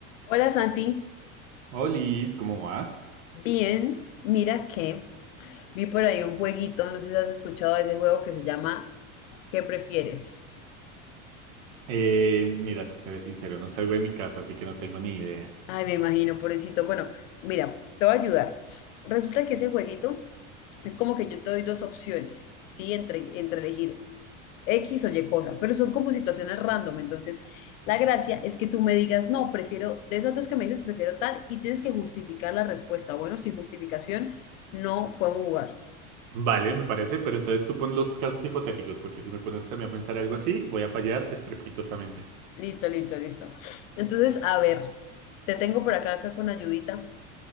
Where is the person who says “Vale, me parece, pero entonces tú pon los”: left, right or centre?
Right